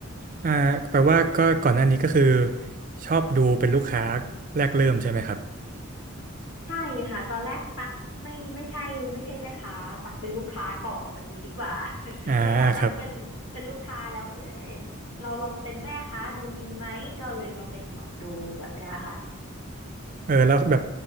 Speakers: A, on the right; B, on the left.
A: อ่าแปลว่าก็ก่อนหน้านี้ก็คือชอบดูเป็นลูกค้าแรกเริ่มใช่ไหมครับ
B: ใช่ค่ะตอนแรกตั๊กไม่ไม่ใช่ไม่ใช่แม่ค้าตั๊กเป็นลูกค้าก่อนแบบนี้ดีกว่า <laughs>
A: อ่าครับ
B: แล้วพอตั๊กเป็นเป็นลูกค้าแล้วเอ้ยเราลองเป็นแม่ค้าดูดีไหมก็เลยมาเป็นหมอดูแบบเนี้ยค่ะ
A: เออแล้วแบบ